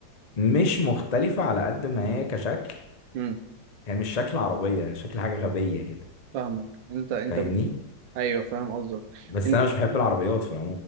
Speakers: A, on the left; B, on the right.
A: مش مختلفة على قد ما هي كشكل
B: يعني
A: هي مش شكل عربية هي شكل حاجة غبية كده
B: فاهمك انت انت
A: فاهمني
B: بت... ايوه فاهم قصدك
A: بس
B: انت
A: انا مش بحب العربيات في